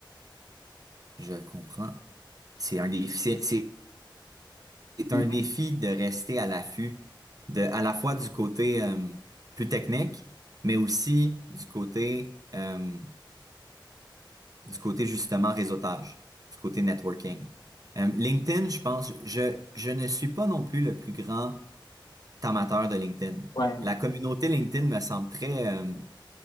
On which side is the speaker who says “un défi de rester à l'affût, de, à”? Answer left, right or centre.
Right